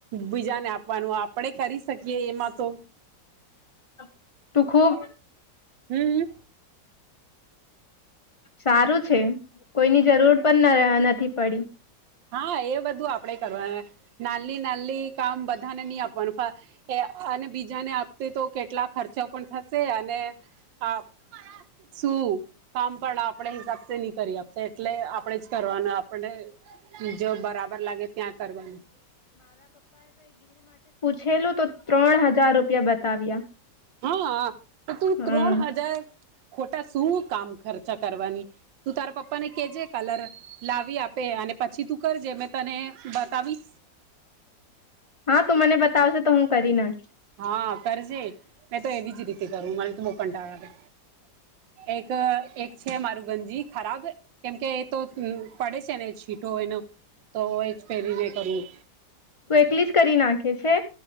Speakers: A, on the right; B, on the left.
A: બીજાને આપવાનું. આપણે કરી શકીએ એમાં તો.
B: <unintelligible> તું ખૂબ
A: હમ્મ.
B: સારું છે, કોઈની જરૂર પણ ન નથી પડી.
A: હા, એ બધું આપણે કરવાન. નાન્લી નાન્લી કામ બધાને ની આપવાનું, ફા અને બીજાને આપતી તો કેટલા ખર્ચા પણ થસે અને હા શું કામ પણ આપણે હિસાબથી ની કરી આપસે, એટલે આપણેે જ કરવાનું આપ આપણને જો બરાબર લાગે ત્યાં કરવાનું
B: છેલ્લું તો ત્રણ હજાર રુ પિયા બતાવ્યા
A: હા, તો તું ત્રણ
B: હમ
A: હજાર ખોટા શું કામ ખર્ચા કરવાની? તું તારા પપ્પા પ્પાને કેહજે કલર લાવી આપે, અને પછી તું કરજે. મેં તને બતાવી
B: હા, તું મને બતાવસે તો હું કરી નાખીસ.
A: હા, કરજે. મેં તો એવી જ રીતે કરું. મારે તો બો કંટારો આવે. એક એક છે મારું ગંજી ખરાબ, કેમકે એ તો પડે છે ને છીટો એનો. તો એ જ પહેરીને કરું.
B: તું એકલી જ કરી નાખે છે?